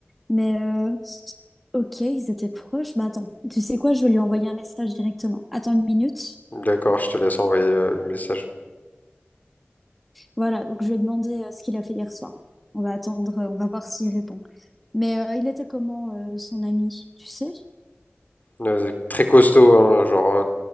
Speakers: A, in the centre; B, on the left (about 45°).
A: Mais euh, ok, ils étaient proches. Bah attends, tu sais quoi, je vais lui envoyer un message directement. Attends une minute.
B: D'accord, je te laisse envoyer le, le message.
A: Voilà, donc je vais demander euh, ce qu'il a fait hier soir. On va attendre, euh, on va voir s'il répond. Mais euh, il était comment euh, son ami, tu sais?
B: Ouais, c'est très costaud, hein, genre